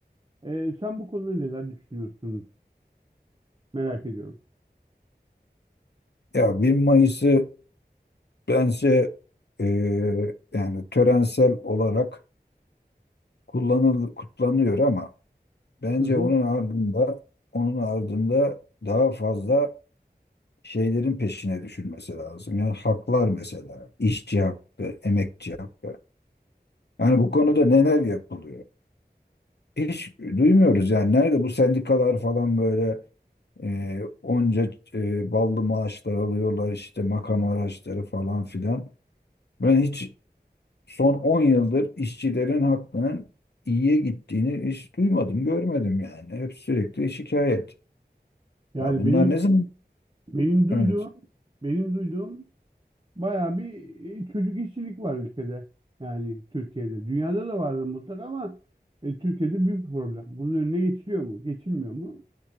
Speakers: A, on the right; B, on the left.
A: Ee, sen bu konuda neler düşünüyorsun? Merak ediyorum.
B: Ya bir Mayıs'ı bence e, yani törensel olarak kullanıl kutlanıyor ama bence
A: Hı hı.
B: onun ardında onun ardında daha fazla şeylerin peşine düşülmesi lazım. Yani haklar mesela, işçi hakkı, emekçi hakkı. Yani bu konuda neler yapılıyor? Hiç duymuyoruz yani nerede bu sendikalar falan böyle e, onca e, ballı maaşlar alıyorlar işte makam araçları falan filan. Ben hiç son 10 yıldır işçilerin hakkının iyiye gittiğini hiç duymadım, görmedim yani. Hep sürekli şikayet.
A: Yani
B: Ya bunlar
A: benim
B: ne zaman?
A: benim duyduğum
B: Evet.
A: benim duyduğum Bayağı bir e, çocuk işçilik var ülkede. Yani Türkiye'de. Dünyada da vardır mutlaka ama e, Türkiye'de büyük bir problem. Bunun önüne geçiliyor mu? Geçilmiyor mu?